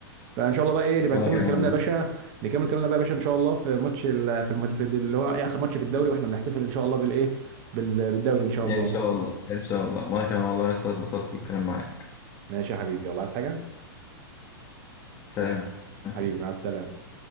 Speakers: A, on the right; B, on the left.
A: فان شاء الله بقى ايه نبقى
B: وانا
A: نكمل
B: كمان
A: كلامنا
B: والله
A: يا باشا نكمل كلامنا بقى يا باشا ان شاء الله في ماتش ال- في الماتش اللي هو إيه اخر ماتش في الدوري واحنا بنحتفل ان شاء الله بالايه بال- بالدوري ان شاء
B: ان
A: الله
B: شاء الله ان شاء الله وانا كمان والله يا اسطى اتبسطت بالكلام معاك
A: ماشي يا حبيبي والله عايز حاجه
B: سلام يا اخوي
A: حبيبي مع السلامه